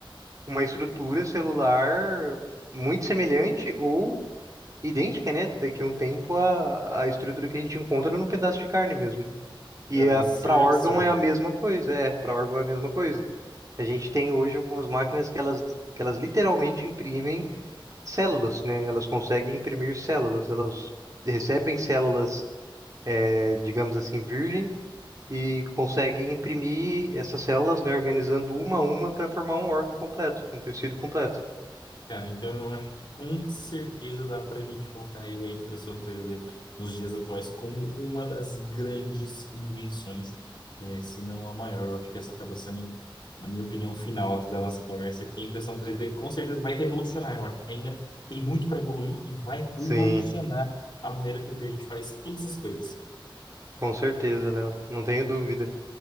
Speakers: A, on the right (about 40°); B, on the left (about 55°).
A: uma estrutura celular muito semelhante ou idêntica, né, daqui a um tempo à, à estrutura que a gente encontra num pedaço de carne mesmo. E
B: Cara,
A: a
B: isso
A: para
B: é
A: órgão
B: absurdo.
A: é a mesma coisa, é, para órgão é a mesma coisa. A gente tem hoje algumas máquinas que elas, que elas literalmente imprimem células, né? Elas conseguem imprimir células, elas recebem células, eh, digamos assim, virgens e consegue imprimir essas células, né, organizando uma a uma para formar um órgão completo, um tecido completo.
B: Cara, então eu acho que com certeza dá para a gente colocar aí a impressão 3D nos dias atuais como uma das grandes invenções, né, se não a maior. Eu acho que essa acaba sendo a minha opinião final aqui da nossa conversa aqui. A impressão 3D com certeza vai revolucionar. Eu acho que ainda tem muito para evoluir e vai revolucionar
A: Sim,
B: a maneira com que a gente faz todas as coisas.
A: com certeza, Léo, não tenho dúvida.